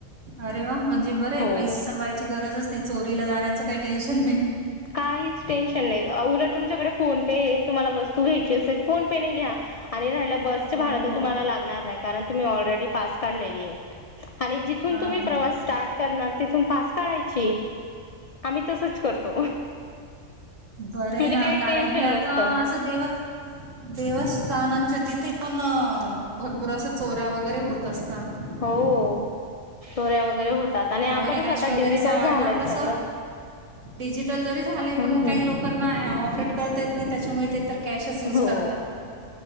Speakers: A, on the right; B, on the left.
A: अरे वा म्हणजे बरं आहे
B: हो
A: पैसे सांभाळायची गरजच नाही चोरीला जाण्याचं काही टेन्शन नाही.
B: काहीच टेन्शन नाही उलट तुमच्याकडे फोन पे आहे तुम्हाला वस्तू घ्यायची असेल फोन पे नाही घ्या. आणि राहिलं बसच
A: हो.
B: भाडं तर तुम्हाला लागणार नाही कारण तुम्ही ऑलरेडी पास काढलेली आहे. आणि जिथून
A: हां,
B: तुम्ही
A: हां.
B: प्रवास स्टार्ट करणार तिथून पास काढायची. आम्ही तसच करतो.
A: बरे आहे ना
B: काही
A: कारण
B: टेन्शन
A: की आता
B: नसतं
A: असं देव देवस्थानांच्या तिथे पण भरपूर असा चोऱ्या वगैरे होत <unintelligible>
B: हो चोऱ्या वगैरे होतात आणि
A: त्यामुळे
B: आता कसं
A: कॅश
B: आता
A: वगैरे
B: डिजिटल
A: सांभाळणं
B: झालंय
A: कसं
B: सगळं.
A: डिजिटल जरी झालंय
B: हम्म
A: पण मग
B: हम्म
A: काही लोक लोकांना ऑपरेट करता येत नाही, त्याच्यामुळे ते तर कॅशच युज
B: हो
A: करता.